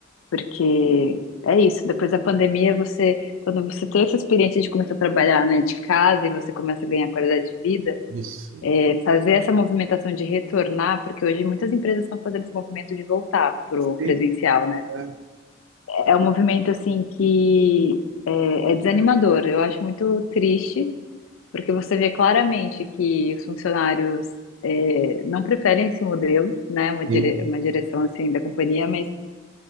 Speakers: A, on the left; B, on the right.
A: porque é isso. Depois da pandemia, você, quando você tem essa experiência de começar a trabalhar, né, de casa e você começa a ganhar qualidade de vida,
B: Isso.
A: é, fazer essa movimentação de retornar, porque hoje muitas empresas estão fazendo esse movimento de voltar pro
B: Sim,
A: presencial, né?
B: é.
A: É um movimento, assim, que é, é desanimador. Eu acho muito triste porque você vê claramente que os funcionários eh, não preferem esse modelo, né? Uma, dire-
B: Sim,
A: uma direção assim da companhia, mas